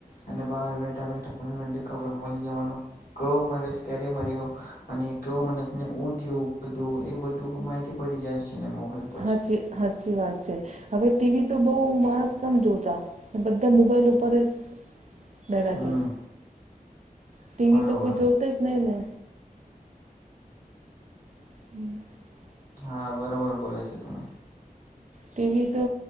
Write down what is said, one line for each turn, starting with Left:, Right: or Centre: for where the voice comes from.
Left: અને બહાર બેઠા બેઠા બધી ખબર મળી જવાનું કયો માણસ ક્યારે મર્યો અને કયો માણસને ઉ થયું બધું એ બધું <unintelligible> ખબર પડી જાય છેને મોબાઈલ પર
Right: હાચી
Left: જ
Right: સાચી વાત છે હવે ટીવી તો બઉ માણસ કમ જોતા બધા મોબાઈલ ઉપર જ બેડા
Left: હમ
Right: છે ટીંવી
Left: બરોબર
Right: તો કોઈ જોતા જ નહી ને <inaudible>
Left: હા બરોબર બોલે છે તમે
Right: ટીવી તો